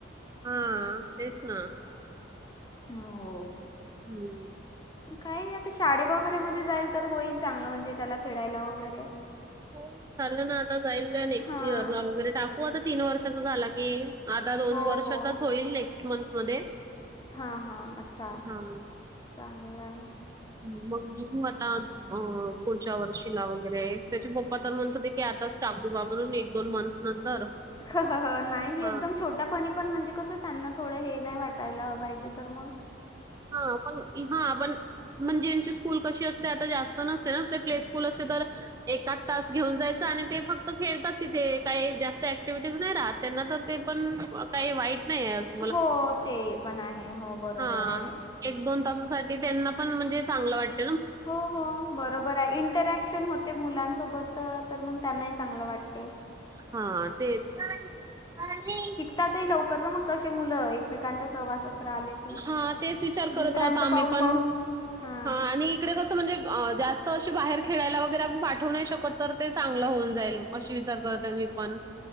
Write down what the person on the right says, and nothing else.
हा तेच ना.
हुम.
ओम झाला ना आता जाईल ना नेक्स्ट
इयरला वेगळे टाकू आता तीन वर्षाचा झाला की. आत्ता दोन
वर्षाचा
होईल नेक्स्ट मंथ मध्ये.
हा
हुम बघशील मला पुढच्या वर्षी ला वगैरे. त्याचे पप्पा तर म्हणत होते की आत्ताच <unintelligible> बांधून निघ दोन बंद नंतर.
हा
हा पण ई हा पण. म्हणजे यांची स्कूल कशी असते आत्ता जास्त नसते ना प्ले स्कूल असते तर एक आठज् घेऊन जायचं आणि ते फक्त खेळतात तिथे काय जास्त ऍक्टिव्हिटीज नाही राहत. त्यांना तर ते पण ताई वाईट नाय ये आज
हा एक दोन तासासाठी त्यांना पण म्हणजे चांगलं वाटतं.
हा तेच पा पाणी.
हा तेच विचार करत
होते आहोत आम्ही
पण
हा आणि इकडं कसं म्हणजे जास्त बाहेर असे खेळायला वगैरे आपण पाठवू नाय शकत तर ते चांगलं होऊन जाईल. अशी विचार करते मी पण.